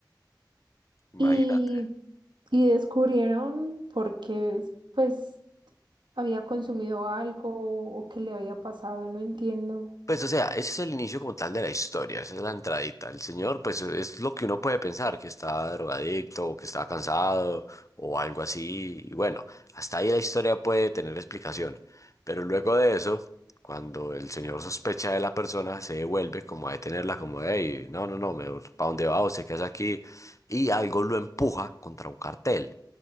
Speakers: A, on the left (about 45°); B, on the right (about 80°).
A: Imagínate.
B: Y, y descubrieron porque pues había consumido algo o qué le había pasado, no entiendo.
A: Pues, o sea, ese es el inicio como tal de la historia, esa es la entradita. El señor, pues, es lo que uno puede pensar, que está drogadicto o que está cansado o algo así. Y bueno, hasta ahí la historia puede tener explicación. Pero luego de eso, cuando el señor sospecha de la persona, se devuelve como a detenerla, como, hey, no, no, no, ¿para dónde va? ¿Usted qué hace aquí? Y algo lo empuja contra un cartel,